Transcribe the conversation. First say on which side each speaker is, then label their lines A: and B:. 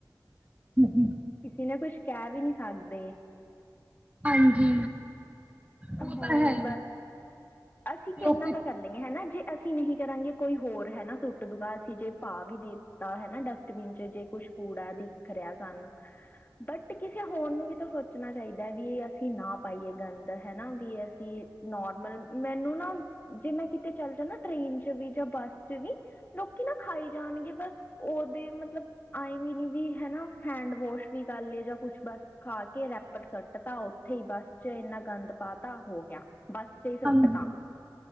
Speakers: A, on the right; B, on the left.
A: ਹਾਂਜੀ
B: ਕਿਸੇ ਨੇ ਕੁਛ ਕਹਿ ਵੀ ਨਹੀਂ ਸਕਦੇ।
A: ਹਾਂਜੀ। ਉਹ
B: ਹੋਹੀ
A: ਤਾਂ ਹੈ
B: ਬਸ ਅਸੀਂ ਕਿੰਨਾ
A: ਲੋਕੀ
B: ਕੁ ਕਰ ਲੈਂਗੇ ਹਨਾ ਜੇ ਅਸੀਂ ਨਹੀਂ ਕਰਾਂਗੇ ਕੋਈ ਹੋਰ ਹੈ, ਨਾ ਸੁੱਟ ਦੂਗਾ ਅਸੀਂ ਜੇ ਭਾਅ ਵੀ ਦੇਤਾ ਹੈ ਨਾ ਡਸਟਬਿਨ ਚ ਜੇ ਕੁਛ ਕੂੜਾ ਦਿਖ ਰਿਹਾ ਸਾਨੂੰ ਬਟ ਕਿਸੇ ਹੋਰ ਨੂੰ ਵੀ ਤਾਂ ਸੋਚਣਾ ਚਾਹੀਦਾ। ਦਾ ਵੀ ਇਹ ਅਸੀਂ ਨਾ ਪਾਈਏ ਗੰਦ ਹਨਾ ਵੀ ਅਸੀਂ ਨੋਰਮਲ਼ ਮੈਨੂੰ ਨਾ ਜੇ ਮੈਂ ਕਿਤੇ ਚੱਲ ਜਾਣਾ ਟ੍ਰੇਨ ਚ ਵੀ ਜਾਂ ਬੱਸ ਚ ਵੀ ਲੋਕੀ ਨਾ ਖਾਈ ਜਾਣਗੇ ਬਸ ਉਹਦੇ ਮਤਲਬ ਆਏਂ ਵੀ ਨੀ ਵੀ ਹੈ ਨਾ ਹੈਂਡਵੋਸ਼ ਵੀ ਕਰ ਲਏ ਜਾਂ ਕੁਛ ਬਸ ਖਾ ਕੇ ਰਖ ਪੇਪਰ ਸੁੱਟ ਤਾ ਉੱਥੇ ਹੀ ਬੱਸ ਚ ਇੰਨਾ ਗੰਦ ਪਾ ਤਾ ਹੋ ਗਿਆ। ਬੱਸ 'ਚ ਹੀ ਸੁੱਟ
A: ਹਾਂਜੀ
B: ਤਾ